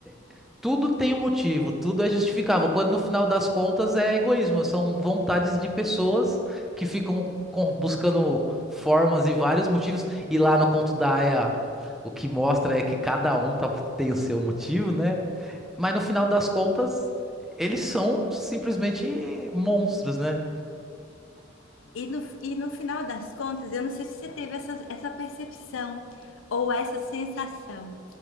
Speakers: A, in the centre; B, on the left.
A: é, tudo tem um motivo, tudo é justificável, quando no final das contas é egoísmo, são vontades de pessoas que ficam com- buscando formas e vários motivos, e lá no conto da Aya, o que mostra é que cada um tá- tem o seu motivo, né? Mas no final das contas, eles são simplesmente monstros, né?
B: E no, e no final das contas, eu não sei se você teve essa, essa percepção ou essa sensação.